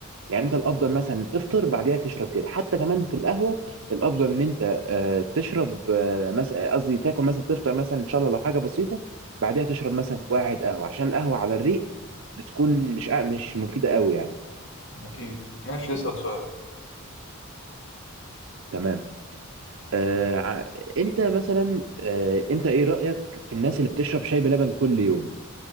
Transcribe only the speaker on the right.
يعني انت الافضل مثلا تفطر بعديها تشرب كده حتى كمان في القهوه الافضل ان انت آه، تشرب آه، مثلا قصدي تاكل مثلا تفطر مثلا ان شاء الله لو حاجه بسيطه بعديها تشرب مثلا واحد قهوه عشان القهوه على الريق بتكون مش آه، مش مفيده قوي يعني
تمام آه ع- انت مثلا آه انت ايه رايك في الناس اللي بتشرب شاي بلبن كل يوم